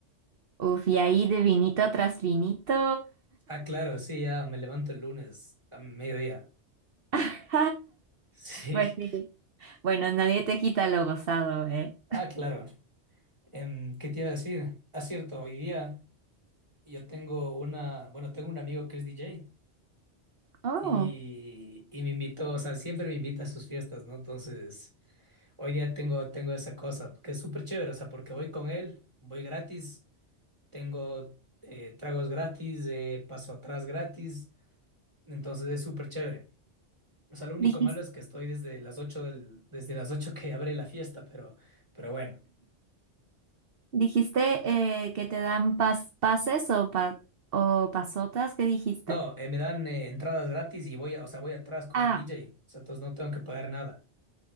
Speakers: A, on the right; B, on the right.
A: Uf, y ahí de vinito tras vinito.
B: Ah, claro, sí, ya me levanto el lunes a mediodía. <laughs>
A: <laughs>
B: Sí.
A: Pues sí. Bueno, nadie te quita lo gozado, ¿eh?
B: Ah, claro. Em, ¿qué te iba a decir? Ah, cierto, hoy día yo tengo una, bueno, tengo un amigo que es DJ
A: Oh,
B: y, y me invitó, o sea, siempre me invita a sus fiestas, ¿no? Entonces, hoy día tengo, tengo esa cosa, que es súper chévere, o sea, porque voy con él, voy gratis, tengo eh, tragos gratis, eh, paso atrás gratis, entonces es súper chévere. O sea, lo único
A: dijiste,
B: malo es que estoy desde las 8 del, desde las 8 que abre la fiesta, pero, pero bueno.
A: dijiste eh, que te dan pas- pases o, pa- o pasotas, ¿qué dijiste?
B: No, eh, me dan eh, entradas gratis y voy, a- o sea, voy atrás con
A: Ah,
B: el DJ. O sea, entonces no tengo que pagar nada.